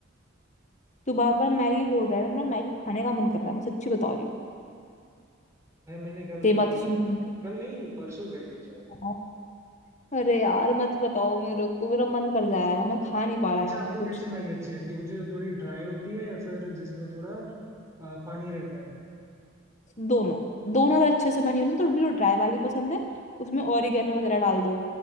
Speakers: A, on the left; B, on the right.
A: तू बार बार मैगी बोल रहा है ना मेरा मैगी खाने का मन कर रहा है मैं सच्ची बता रही हूँ
B: भाई मैंने कल
A: तेरी
B: खाई
A: बात तो
B: थी
A: सुन
B: मैगी
A: सुन
B: कल नहीं परसों खाई थी शायद
A: के अरे यार मत बताओ मेरे को मेरा मन कर जाएगा मैं खा नहीं पा रहा
B: अच्छा
A: यहाँ
B: आपको
A: पे कुछ
B: कैसी मैगी अच्छी लगती है वो जो थोड़ी ड्राई होती है या फिर जिसमें थोड़ा आ, पानी रहता है
A: दोनों दोनों अगर अच्छे से बनी हो ना तो मुझे जो ड्राई वाली पसंद है उसमें ऑरिगेनो वगैरह डाल दो